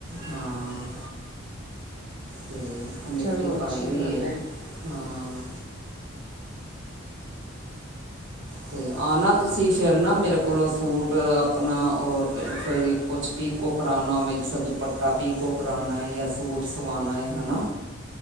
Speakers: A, on the right (about 65°); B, on the right (about 25°).
A: ਹਾਂ ਤੇ ਕਮੇਟੀ
B: ਚਲੋ ਅੱਛੀ
A: ਪਾਈ ਹੋਈਏ
B: ਗੱਲ ਹੈ
A: ਹਾਂ। ਅਤੇ ਆ ਨਾ ਤੁਸੀਂ ਫਿਰ ਨਾ ਮੇਰੇ ਕੋਲੋਂ ਸੂਟ ਆਪਣਾ ਉਹ ਕੋਈ ਕੁੱਛ ਪੀਕੋੋ ਕਰਾਉਣਾ ਹੋਵੇ ਜਿੱਸ ਦੁਪੱਟਾ ਪੀ ਕੋੋ ਕਰਾਉਣਾ ਹੈ ਜਾਂ ਸੂਟ ਸਵਾਉਣਾ ਹੈ ਹੈ ਨਾ